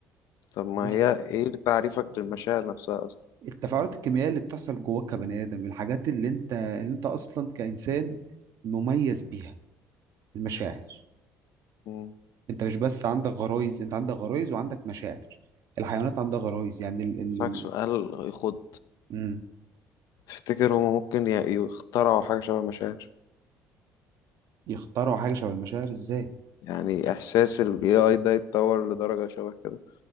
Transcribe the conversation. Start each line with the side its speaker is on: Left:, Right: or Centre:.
Left: طب ما
Right: مش
Left: هي ايه تعريفك للمشاعر نفسها اصلا
Right: التفاعلات الكيميائيه اللي بتحصل جواك كبني ادم الحاجات اللي انت اللي انت اصلا كانسان مميز بيها المشاعر
Left: مم.
Right: انت مش بس عندك غرايز انت عندك غرايز وعندك مشاعر الحيوانات عندها غرايز يعني ال ال
Left: اسالك
Right: ال
Left: سؤال يخد
Right: مم.
Left: تفتكر هما ممكن ي- يخترعوا حاجة شبه مشاعر
Right: يخترعوا حاجه شبه المشاعر ازاي
Left: يعني احساس ال AI ده يتطور لدرجة شبه كده